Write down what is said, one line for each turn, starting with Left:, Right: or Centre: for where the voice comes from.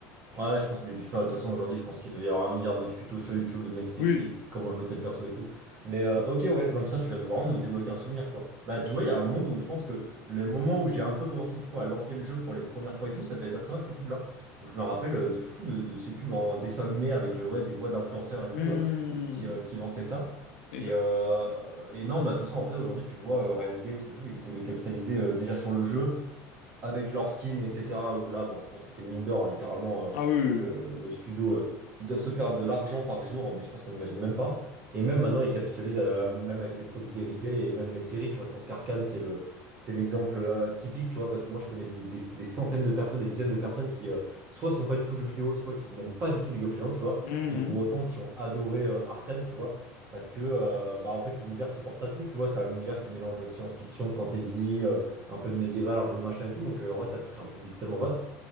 Right: Ouais, je pense que, mais puis, enfin, de toute façon, aujourd'hui, je pense qu'il doit y avoir un milliard de tutos sur YouTube de mecs qui t'expliquent
Left: Oui.
Right: comment jouer tel perso et tout. Mais, euh, ok, ouais. Non, putain, tu viens de- vraiment de me débloquer un souvenir, quoi. Bah, tu vois, il y a un monde où je pense que le moment où j'ai un peu commencé, du coup, à lancer le jeu pour les premières fois et tout, ça devait être à travers ces pubs-là. Où je me rappelle euh, de fou de, de ces pubs en dessin animé avec, euh, ouais, des voix d'influenceurs et
Left: Hmm.
Right: tout, euh, qui, euh, qui lançaient ça.
Left: Et
Right: Et, euh, et non, bah, de toute façon, après, aujourd'hui, tu le vois, euh, Riot Games et tout, ils essaient de capitaliser, euh, déjà sur le jeu. avec leur skin, etc. Où là, bon, je pense que c'est une mine d'or, hein, littéralement. euh,
Left: Ah oui, oui,
Right: le, le studio, euh, ils doivent se faire de l'argent par jour, mais je pense qu'on n'imagine même pas. Et même maintenant, ils capitalisent, euh, même avec les produits dérivés et même les séries, tu vois. Je pense qu'Arcane, c'est le, c'est l'exemple euh, typique, tu vois, parce que moi, je connais des, des- des centaines de personnes, des dizaines de personnes qui, euh, soit sont pas du tout jeux vidéo, soit qui n'aiment pas du tout League of Legends, tu vois,
Left: oui. Mhm.
Right: et pour autant qui ont adoré euh, Arcane, tu vois. Parce que, euh, bah, en fait, l'univers se porte à tout, tu vois. C'est un univers qui mélange science-fiction, fantasy. euh, un peu de médiéval, un peu de machin et tout. Donc euh, en vrai, ça touche un public tellement vaste.